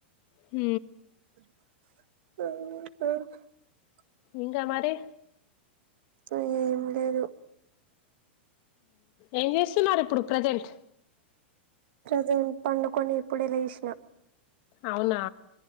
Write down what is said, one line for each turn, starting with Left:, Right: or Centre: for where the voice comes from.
Left: హ
Right: ఆ
Left: ఇంగ మరి
Right: కా ఏం లేదు
Left: ఏం చేస్తున్నారు ఇప్పుడు ప్రజెంట్
Right: ప్రజెంట్ పండుకొని ఇప్పుడె లెసిన
Left: అవునా